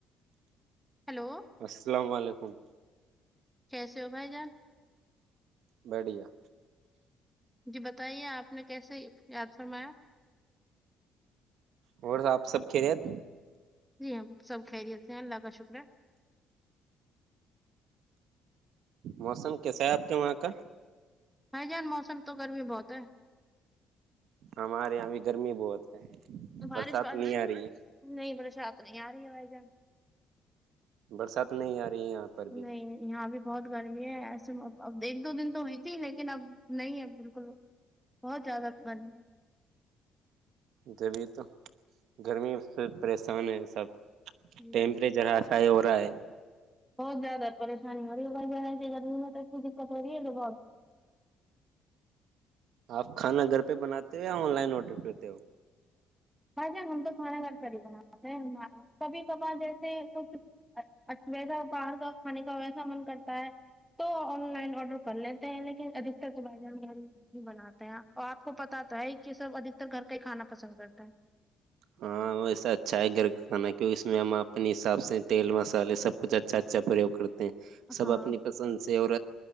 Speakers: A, in the centre; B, on the right.
A: ہیلو
B: السلام علیکم
A: کیسے ہو بھائی جان
B: بڑھیا
A: جی بتائیے آپ نے کیسے یاد فرمایا
B: اور آپ سب خیریت
A: جی ہم سب خیریت سے اللہ کا شکرہے
B: موسم کیسا ہے آپ کے وہاں کا
A: بھائی جان موسم تو گرمی بہت ہے
B: ہمارے یہاں بھی گرمی بہت ہے برسات
A: بارش وارش
B: نہیں آ رہی ہے
A: نہیں برسات نہیں آ رہی ہے بھائی جان
B: برسات نہیں آ رہی یہاں پر بھی
A: نہیں یہاں بھی بہت گرمی ہے ایسے اب ایک دو دن تو ہوئی تھی لیکن اب نہیں ہے بالکل بہت زیادہ گرمی ہے
B: جبھی تو گرمی سے پریشان ہے سب
A: جی
B: ٹیمپریچر
A: جی جی بھائی
B: ہائی فائی ہو رہا ہے
A: بہت زیادہ پریشانی ہو رہی ہے بھائی جان ایسی گرمی میں کسی دقت ہو رہی ہے یہ بہت
B: آپ کھانا گھر پہ بناتے ہو یا آن لائن آرڈر کرتے ہو
A: بھائی جان ہم تو کھانا گھر پر ہی بناتے ہیں کبھی کبھار جیسے کچھ ویسا باہر کا کھانے کا ویسا من کرتا ہے تو آن لائن آرڈر کر لیتے ہیں لیکن ادکتر تو بھائی جان ہی بناتے ہیں اور آپ کو پتہ تو ہے کہ سب ادھکتر گھر کا ہی کھانا پسند کرتے ہے
B: ہاں ویسا اچھا ہے گھر کا کھانا کی اس میں ہم اپنے حساب سے تیل مسالے سب کچھ اچھا اچھا پریوگ کرتے سب
A: ہاں
B: اپنی پسند سے اور